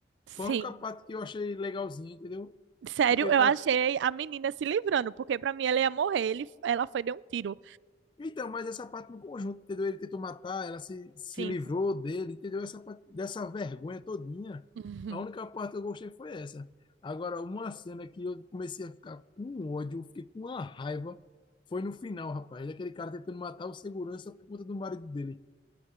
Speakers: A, on the right; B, on the left.
A: Sim.
B: Foi a única parte que eu achei legalzinha, entendeu?
A: Sério,
B: Porque o
A: eu
B: cara.
A: achei a menina se livrando, porque pra mim ela ia morrer. Ele, ela foi deu um tiro.
B: Então, mas essa parte no conjunto, entendeu? Ele tentou matar, ela se, se
A: Sim,
B: livrou
A: sim.
B: dele, entendeu? Essa parte dessa vergonha todinha.
A: Uhum.
B: A única parte que eu gostei foi essa. Agora, uma cena que eu comecei a ficar com ódio, fiquei com uma raiva, foi no final, rapaz. Aquele cara tentando matar o segurança por conta do marido dele.